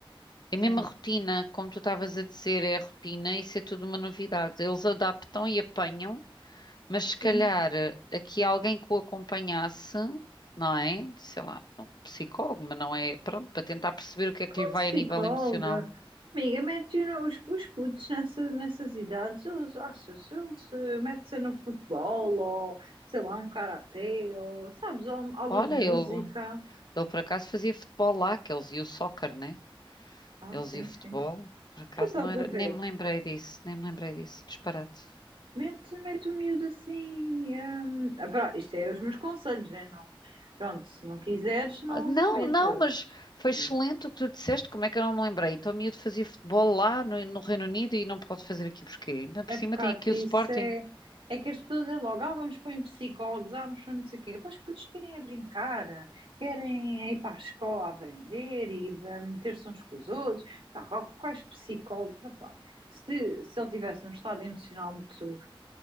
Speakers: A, on the left (about 50°); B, on the right (about 75°).
A: É mesmo
B: Sim,
A: a rotina, como tu estavas a dizer, é a rotina, isso é tudo uma novidade. Eles adaptam e apanham Mas se
B: sim.
A: calhar eh, aqui alguém que o acompanhasse, não é? Sei lá, um psicólogo, mas não é. Pronto, para tentar perceber o que é
B: Qual
A: que lhe vai
B: psicóloga?
A: a nível emocional.
B: Amiga, mete os, os putos nessa, nessas idades, eles, achas, eles eh, metem-se no futebol ou, sei lá, um karatê ou, sabes, ou aulas
A: Olha,
B: de música.
A: ele, ele por acaso fazia futebol lá, que eles iam o soccer, né?
B: Ah,
A: Eles
B: sim,
A: iam o futebol.
B: sim.
A: Por acaso
B: Tu estás
A: não era.
B: a ver?
A: Nem me lembrei disso, nem me lembrei disso. Disparate.
B: Mete, mete o miúdo assim. hum, ah, pá, isto é os meus conselhos, é não. Pronto, se não quiseres, não,
A: Ah, Não,
B: não metas.
A: não, mas foi
B: Mas
A: excelente o que tu disseste. Como é que eu não me lembrei? Então, o miúdo fazia futebol lá no, no Reino Unido e não pode fazer aqui porquê? Ainda por
B: É
A: cima
B: pecado,
A: tem aqui
B: isso
A: o Sporting.
B: é, é que as pessoas é logo, ah, vamos pôr em psicólogos, ah, vamos pôr não sei o quê. Pá, os putos querem é brincar, querem é ir para a escola aprender e ah, meter-se uns com os outros. Pá, qual- quais psicólogos? Ah, pá. Se, se ele tivesse um estado emocional muito